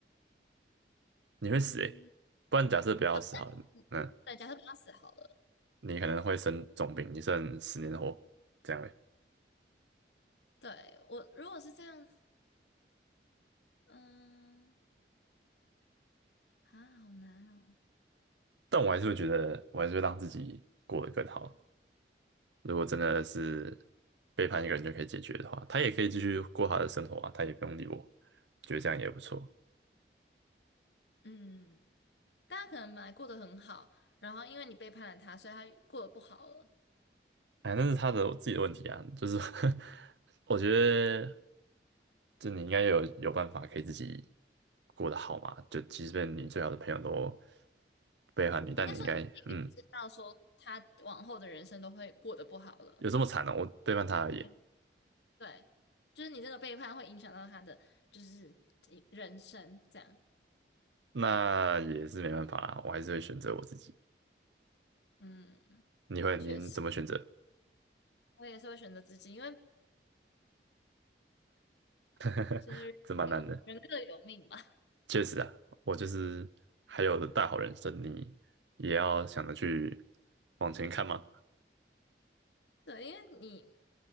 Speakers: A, on the right; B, on the left.
A: 你会死诶、
B: 嗯，
A: 不然假设不要死好了，
B: 好，
A: 那
B: 对，假设他死好了，
A: 你可能会生重病，你剩十年活这样诶、
B: 对，我如果是这样，嗯，啊，好难哦。
A: 但我还是会觉得，我还是会让自己过得更好。如果真的是背叛一个人就可以解决的话，他也可以继续过他的生活啊，他也不用理我，觉得这样也不错。
B: 嗯，大家可能本来过得很好，然后因为你背叛了他，所以他过得不好了。
A: 哎，那是他的自己的问题啊，就是 <laughs> 我觉得，就你应该有有办法可以自己过得好嘛，就即便你最好的朋友都背叛你，但你应该嗯。
B: 应该说你已经知道说他往后的人生都会过得不好了。
A: 有这么惨呢？我背叛他而已，
B: 嗯对，就是你这个背叛会影响到他的就是人生这样。
A: 那也是没办法啦，我还是会选择我自己。
B: 嗯，
A: 你会，
B: 确实，
A: 您怎么选择？
B: 我也是会选择自己，因为
A: <laughs>
B: 就是有人各有命嘛。
A: 这蛮难的，
B: <laughs>
A: 确实啊，我就是还有大好人生，你也要想着去往前看吗？
B: 对，因为你